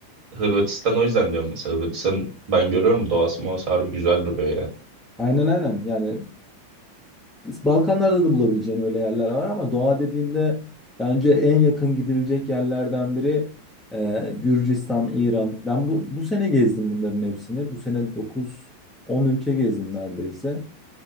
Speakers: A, on the right (about 40°); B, in the centre.
A: Hırvatistan o yüzden diyorum mesela Hırvatistan ben görüyorum doğası muhası harbi güzel duruyor yani.
B: Aynen aynen. Yani Balkanlarda da bulabileceğin öyle yerler var ama doğa dediğinde bence en yakın gidilecek yerlerden biri e, Gürcistan, İran. Ben bu, bu sene gezdim bunların hepsini. Bu sene dokuz on ülke gezdim neredeyse.